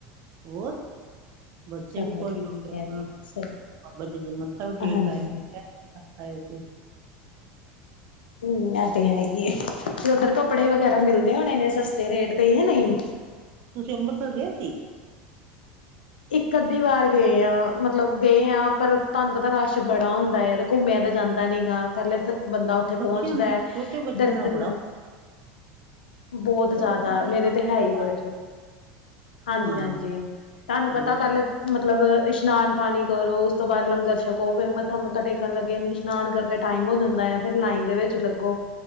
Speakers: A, on the right; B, on the left.
A: ਹੋਰ ਬੱਚੇ
B: ਚਲੋ
A: ਵੀ ਖੁਸ਼
B: ਠੀਕ
A: ਹੋ ਗਏ
B: ਹੈ ਜੀ
A: ਹਾਂ
B: ਸਹੀ
A: ਬਾਬਾ ਜੀ ਦੇ ਮੱਥਾ ਵੀ ਟੇਕ
B: ਹਾਂਜੀ
A: ਆਏ ਆਏ ਸੀ
B: ਹੂੰ ਐ ਤੇ ਹੈ ਈ ਏ ਤੇ ਉਧਰ ਕੱਪੜੇ ਵਗੈਰਾ ਮਿਲਦੇ ਹੋਣੇ ਨੇ ਸਸਤੇ ਰੇਟ ਤੇ ਹੀ ਹੈ ਨਹੀਂ
A: ਤੁਸੀਂ ਅੰਬਰਸਰ ਗਏ ਸੀ
B: ਇੱਕ ਅੱਧੀ ਵਾਰ ਗਏ ਆ ਮਤਲਬ ਗਏ ਆ ਪਰ ਤੁਹਾਨੂੰ ਪਤਾ ਰਸ਼ ਬੜਾ ਹੁੰਦਾ ਹੈ ਘੁੰਮਿਆ ਤਾਂ ਜਾਂਦਾ ਨੀ ਗਾ ਪਹਿਲਾਂ ਬੰਦਾ ਉੱਥੇ
A: ਬੱਚਿਆਂ
B: ਪਹੁੰਚਦਾ
A: ਨਾਲ
B: ਹੈ
A: ਛੋਟੇ ਬੱਚਿਆਂ
B: ਦਰਸ਼ਨ
A: ਨਾਲ ਬੜਾ
B: ਬਹੁਤ
A: ਛੋਟੇ
B: ਜ਼ਿਆਦਾ
A: ਬੱਚੇ ਜਿਹੜੇ
B: ਮੇਰੇ
A: ਨਾ
B: ਤੇ ਹੈ
A: ਬੜਾ
B: ਹੀ ਬੜੇ ਹਾਂਜੀ
A: ਹਾਂ
B: ਹਾਂਜੀ ਤੁਹਾਨੂੰ
A: ਹਾਂ
B: ਪਤਾ ਪਹਿਲੇ ਮਤਲਬ ਇਸ਼ਨਾਨ ਪਾਣੀ ਕਰੋ ਉਸ ਤੋਂ ਬਾਅਦ ਲੰਗਰ ਛਕੋ ਫੇਰ ਮੱਥਾ ਮੁਥਾ ਟੇਕਣ ਲੱਗੇ ਸਸ਼ਨਾਨ ਕਰਦੇ ਟਾਈਮ ਹੋ ਜਾਂਦਾ ਆ ਫਿਰ ਲਾਈਨ ਦੇ ਵਿੱਚ ਲੱਗੋ